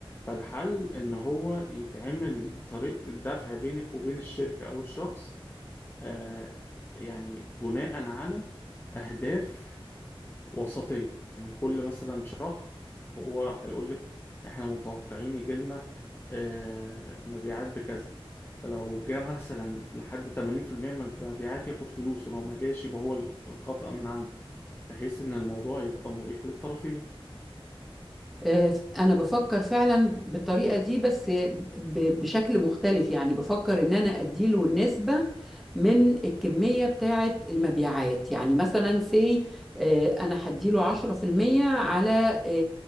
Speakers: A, on the left; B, in the centre.
A: فالحل ان هو يتعمل طريقة الدفع بينك وبين الشركة او الشخص آه يعني بناء على اهداف وسطية يعني كل مثلا شهر هو هيقول لك احنا متوقعين يجي لنا آه، مبيعات بكذا فلو جه مثلا لحد 80% من المبيعات ياخد فلوس ولو ما جاش يبقى هو الخطأ من عنده بحيث ان الموضوع يبقى مريح للطرفين
B: آه، انا بفكر فعلا بالطريقه دي بس ب- بشكل مختلف يعني بفكر ان انا اديله النسبه من الكميه بتاعه المبيعات يعني مثلا سي انا هديله 10% على